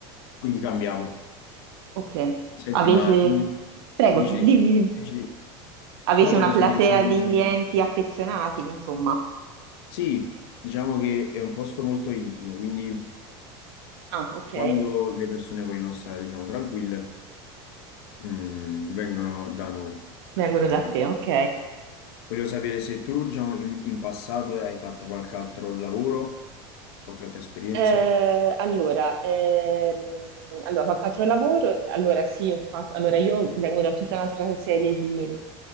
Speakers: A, on the left; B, on the right.
A: Quindi cambiamo.
B: ok.
A: Senti,
B: Avete,
A: ma tu
B: prego,
A: dici,
B: dimmi,
A: dici,
B: dimmi.
A: dici, dici.
B: Avete
A: No, volevo
B: una platea
A: sapere se... mm,
B: di clienti affezionati, insomma.
A: Sì, diciamo che è un posto molto intimo, quindi...
B: Ah, ok.
A: Quando le persone vogliono stare, diciamo, tranquille, mm, vengono da noi,
B: Vengono
A: praticamente.
B: da te, ok.
A: Voglio sapere se tu, diciamo, in, in passato hai fatto qualche altro lavoro, qualche altra esperienza.
B: Eh, allora, ehm, allora, qualche altro lavoro? Allora, sì, ho fatto, allora io vengo da tutta un'altra serie di,